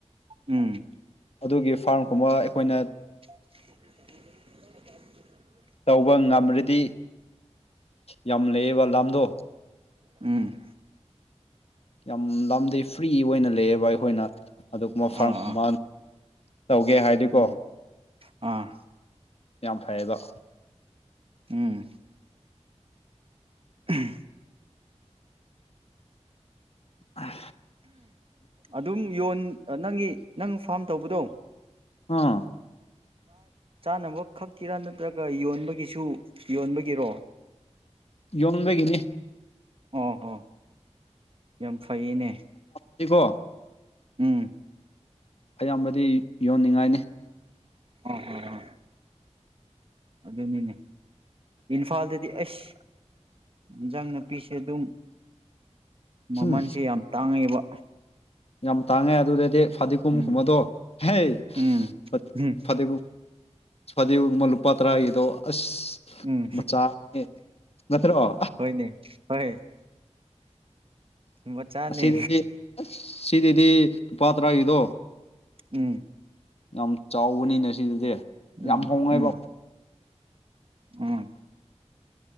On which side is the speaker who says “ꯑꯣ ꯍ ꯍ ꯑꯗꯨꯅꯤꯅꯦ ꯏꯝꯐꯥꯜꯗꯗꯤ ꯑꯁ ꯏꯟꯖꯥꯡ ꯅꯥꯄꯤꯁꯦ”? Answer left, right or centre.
Right